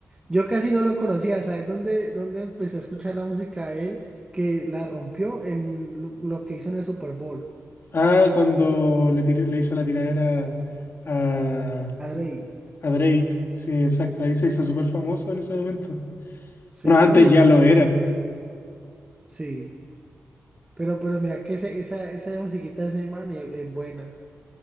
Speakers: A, on the right; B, on the left.
A: Yo casi no lo conocía. ¿Sabes dónde, dónde empecé a escuchar la música de él? Que la rompió en lo lo que hizo en el Super Bowl.
B: Ah, cuando le, tiré- le hizo la tiradera a,
A: A Drake.
B: A Drake, sí, exacto, ahí se hizo súper famoso en ese momento.
A: Sí,
B: Bueno, antes
A: no, y, es
B: ya
A: y
B: lo
A: es
B: era.
A: bueno. Sí. Pero, pero mira que ese- esa, esa musiquita de ese man es, es buena.